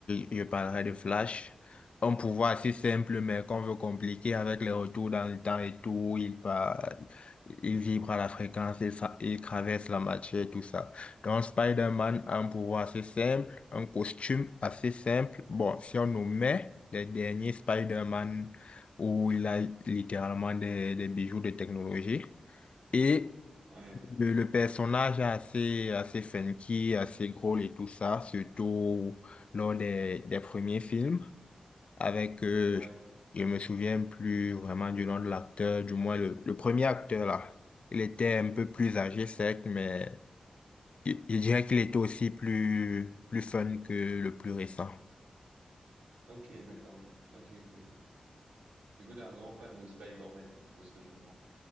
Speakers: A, on the left (about 55°); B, on the right (about 80°).
A: je, je parlerai de Flash. Un pouvoir assez simple, mais qu'on veut compliquer avec les retours dans le temps et tout. Il part, il vibre à la fréquence, il, fa- il traverse la matière et tout ça. Donc Spider-Man a un pouvoir assez simple, un costume assez simple. Bon, si on nous met les derniers Spider-Man où il a littéralement des, des bijoux de technologie. Et
B: ouais,
A: le, le personnage est assez, assez funky, assez drôle et tout ça, surtout lors des, des premiers films. Avec, euh,
B: ouais.
A: je me souviens plus vraiment du nom de l'acteur, du moins le, le premier acteur là. Il était un peu plus âgé, certes, mais je, je dirais qu'il était aussi plus, plus fun que le plus récent.
B: Ok, d'accord, oui. Ok, ok, ok. Écoute, un grand fan de Spider-Man, de ce que je comprends.